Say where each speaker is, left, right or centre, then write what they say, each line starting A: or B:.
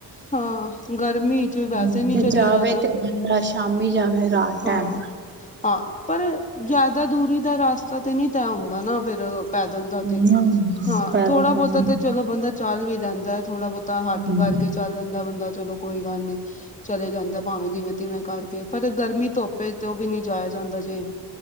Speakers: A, on the left; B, on the right.
A: ਹਾਂ ਗਰਮੀ ਚ ਵੈਸੇ
B: ਹੂੰ,
A: ਨਹੀਂ
B: ਤੇ
A: ਚਲਿਆ
B: ਜਾਵੇ
A: ਜਾਂਦਾ
B: ਤੇ ਬੰਦਾ ਸ਼ਾਮੀ ਜਾਵੇ ਰ੍ਹਾਤ ਟੈਮ।
A: ਹਾਂ ਹਾਂ, ਪਰ ਜ਼ਿਆਦਾ ਦੂਰੀ ਦਾ ਰਾਸਤਾ ਤੇ ਨਹੀਂ ਤੈਅ ਹੁੰਦਾ ਨਾ ਫਿਰ, ਪੈਦਲ ਦਾ ਤੇ।
B: ਹਮ
A: ਹਾਂ,
B: ਪੈਦਲ
A: ਥੋੜਾ-ਬਹੁਤਾ
B: ਜਾਨੀ
A: ਤੇ
B: ਆ
A: ਚਲੋ ਬੰਦਾ ਚੱਲ ਵੀ ਲੈਂਦਾ ਥੋੜਾ ਬੋਤਾ ਹੱਠ
B: ਹਮ
A: ਕਰਕੇ ਚੱਲ ਲੈਂਦਾ ਬੰਦਾ ਚਲੋ ਕੋਈ ਗੱਲ ਨਹੀਂ ਚਲੇ ਜਾਂਦਾ ਭਾਵੇਂ ਜਿਵੇਂ ਤਿਵੇਂ ਕਰਕੇ ਪਰ ਗਰਮੀ ਧੁੱਪ ਤੇ ਉਹ ਵੀ ਨਹੀਂ ਜਾਇਆ ਜਾਂਦਾ ਜੇ